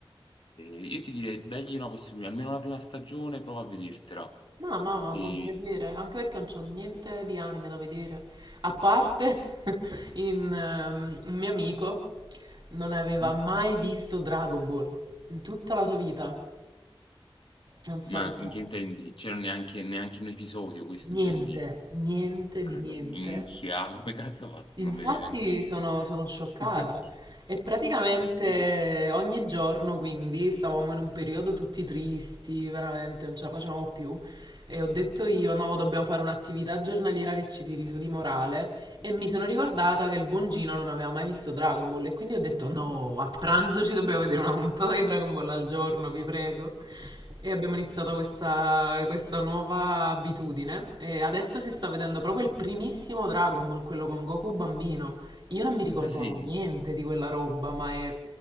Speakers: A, on the left (about 65°); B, on the right (about 50°).
A: io ti direi dagli una possibilità, almeno la prima stagione, prova a vedertela.
B: No, mamma,
A: E...
B: con piacere, anche perché non c'ho niente di anime da vedere. A parte <laughs> in, ehm, un mio amico non aveva
A: Mm?
B: mai visto Dragon Ball in tutta la sua vita. Non
A: Ma
B: sapeva
A: in che intendi? C'era neanche, neanche un episodio, questo
B: niente,
A: intendi?
B: niente
A: Ah,
B: di niente.
A: dai, minchia, <laughs> come cazzo ha fatto
B: Infatti
A: a non vedere neanche un episodio?
B: sono, sono scioccata.
A: <laughs>
B: E praticamente
A: Assurdo.
B: ogni giorno, quindi, stavamo in un periodo tutti tristi, veramente non ce la facevamo più. E ho detto io, no, dobbiamo fare un'attività giornaliera che ci tiri su di morale. E mi sono ricordata che il buon Gino non aveva mai visto Dragon Ball. E quindi ho detto, no, a pranzo ci dobbiamo vedere una puntata di Dragon Ball al giorno, vi prego. E abbiamo iniziato questa, questa nuova abitudine e adesso si sta vedendo proprio il primissimo Dragon Ball, quello con Goku bambino. Io non mi ricordavo
A: Ma sì,
B: niente di quella roba, ma è,